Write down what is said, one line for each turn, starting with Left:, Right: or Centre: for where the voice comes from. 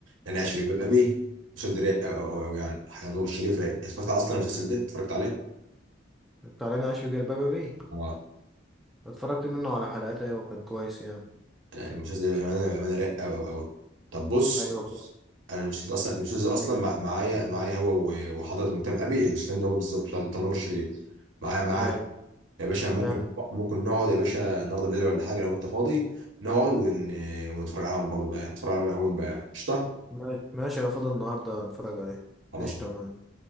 Right: انا عايش في جلباب ابي المسلسل ده رايق او او او يعني حاجه نور الشريف رايق اتفرجت على اصلا المسلسل ده اتفرجت عليه
Centre: بتاع لنا عايش في جلباب ابي
Right: اه
Centre: اتفرجت منه على حلقات ايوه كان كويس يعني
Right: لا المسلسل ده بامانه بامانه رايق او او او طب بص
Centre: ايوه
Right: بص
Centre: كويس.
Right: انا المسلسل ده اصلا المسلسل ده اصلا مع- معايا معايا هو و- وحضرة ميتام ابي المسلسلين ده بالظبط بتاع بتاع نور الشريف معايا معايا
Centre: ايوه
Right: يا باشا ممكن
Centre: ماشي
Right: ممكن نقعد يا باشا النهارده بالليل ولا حاجه لو انت فاضي نقعد ون... ونتفرج عليهم برضه بقى نتفرج عليهم من اولهم بقى قشطه
Centre: ماشي ماشي، انا فاضي النهارده نتفرج عليه
Right: خلاص
Centre: قشطه ماشي